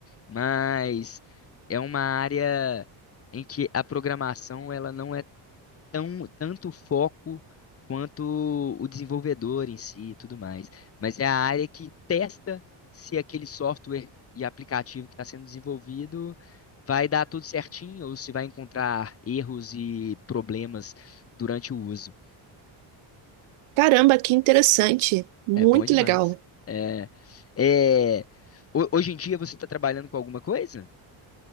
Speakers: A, on the left (about 30°); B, on the right (about 80°).
A: mas é uma área em que a programação ela não tão, tanto o foco quanto o desenvolvedor em si e tudo mais. Mas é a área que testa se aquele software e aplicativo que está sendo desenvolvido vai dar tudo certinho ou se vai encontrar erros e problemas durante o uso.
B: Caramba, que interessante. Muito
A: É bom demais.
B: legal.
A: É, é, ho- hoje em dia você está trabalhando com alguma coisa?